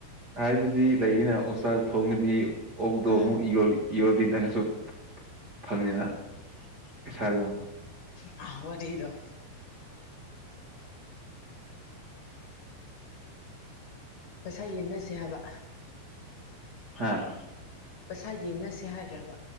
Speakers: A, on the right; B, on the left.
A: ꯍꯥꯏꯕꯗꯤ ꯂꯩꯌꯦꯅ ꯑꯣꯆꯥꯛ ꯊꯣꯡꯉꯗꯤ ꯑꯣꯛꯇꯣ
B: ꯎꯝ
A: ꯑꯃꯨꯛ ꯌꯣꯜꯂꯤ ꯌꯣꯜꯂꯗꯤ ꯅꯪꯁꯨ ꯐꯪꯅꯤꯅ ꯄꯩꯁꯥꯗꯣ
B: ꯑ ꯋꯥꯔꯤꯗꯣ ꯄꯩꯁꯥ ꯌꯦꯟꯅꯁꯦ ꯍꯥꯏꯕ
A: ꯍꯥꯥ
B: ꯄꯩꯁꯥ ꯌꯦꯟꯅꯁꯦ ꯍꯥꯏꯔꯕ